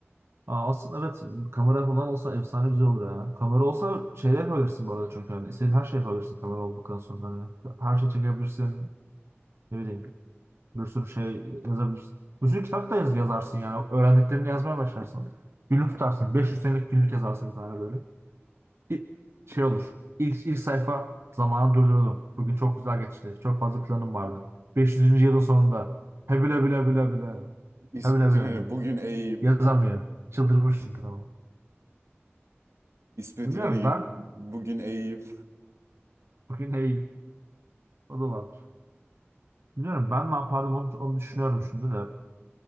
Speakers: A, on the right; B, on the right.
A: Aa, aslında evet kamera falan olsa efsane güzel olur ya. Kamera olsa şeyler yapabilirsin bu arada çünkü hani senin her şey yapabilirsin kamera olduktan sonra. Hani her şey çekebilirsin. Ne bileyim bir sürü şey yazabilirsin. Bir sürü kitap da yaz, yazarsın yani. Öğrendiklerini yazmaya başlarsın. Günlük tutarsın. 500 senelik günlük yazarsın bir tane böyle. İ- şey olur. İlk, ilk sayfa zamanı durdurdum. Bugün çok güzel geçti. Çok fazla planım vardı. 500. yılın sonunda. hebile bile bile bile.
B: İsmet
A: Hebüle bile
B: İnönü
A: bile.
B: bugün eğip
A: Yazamıyor. Çıldırmış çünkü tamam.
B: İsmet
A: Bilmiyorum
B: İnönü gibi
A: ben
B: bugün eğip
A: bugün hey o da vardır. Bilmiyorum ben ne yapardım onu, onu düşünüyorum şimdi de.